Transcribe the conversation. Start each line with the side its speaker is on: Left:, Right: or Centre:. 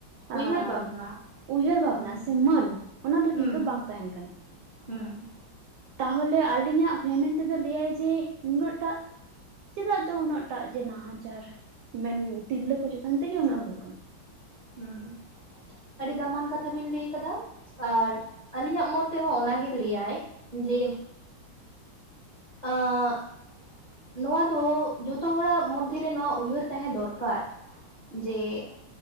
Right: ᱟᱸ
Left: ᱩᱭᱦᱟᱹᱨ ᱵᱷᱟᱵᱽᱱᱟ
Right: ᱩᱭᱦᱟᱹᱨ ᱵᱷᱟᱵᱽᱱᱟ
Left: ᱦᱩᱸ
Right: ᱥᱮ ᱢᱟᱹᱱ ᱚᱱᱟ ᱫᱚ
Left: ᱦᱩᱸ
Right: ᱠᱤᱱᱛᱩ ᱵᱟᱝ ᱛᱟᱦᱮᱸᱱ ᱠᱟᱱᱟ᱾
Left: ᱦᱩᱸ,
Right: ᱛᱟᱦᱚᱞᱮ ᱟᱹᱞᱤᱧᱟᱜ ᱢᱮᱢᱮᱱ ᱛᱮᱫᱚ ᱞᱟᱹᱭᱟᱭ ᱡᱮ ᱱᱩᱱᱟᱹᱜᱴᱟᱜ ᱪᱮᱫᱟᱜ ᱫᱚ ᱩᱱᱟᱹᱜ ᱴᱟᱜ ᱡᱮ ᱱᱟᱦᱟᱪᱟᱨ ᱢᱮᱱ ᱛᱤᱨᱞᱟᱹ ᱠᱚ ᱪᱮᱛᱟᱱ ᱛᱮᱜᱮ ᱩᱱᱟᱹᱜ ᱦᱩᱭᱩᱜ ᱠᱟᱱᱟ᱾
Left: ᱦᱩᱸ ᱟᱹᱰᱤ ᱫᱟᱢᱟᱱ ᱠᱟᱛᱷᱟ ᱵᱤᱱ ᱞᱟᱹᱭ ᱠᱟᱫᱟ ᱟᱨ ᱟᱹᱞᱤᱧᱟᱜ ᱢᱚᱛ ᱛᱮᱦᱚᱸ ᱚᱱᱟᱜᱮ ᱞᱟᱹᱭᱟᱭ ᱡᱮ
Right: <inaudible>
Left: ᱟᱸᱜ ᱱᱚᱣᱟ ᱫᱚ ᱡᱷᱚᱛᱚ ᱦᱚᱲᱟᱜ ᱢᱚᱫᱽᱫᱷᱮ ᱨᱮ ᱱᱚᱣᱟ ᱩᱭᱦᱟᱹᱨ ᱛᱟᱦᱮᱸ ᱫᱚᱨᱠᱟᱨ᱾ ᱡᱮ